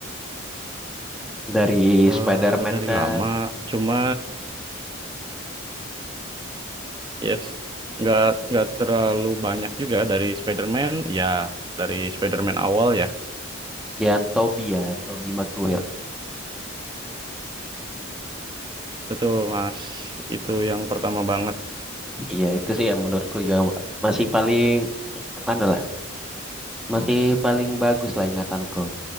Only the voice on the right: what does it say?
Eh,
dari
lama. Cuma yes nggak nggak terlalu banyak juga dari Spider-Man, ya dari Spider-Man awal ya.
Betul Mas, itu yang pertama banget.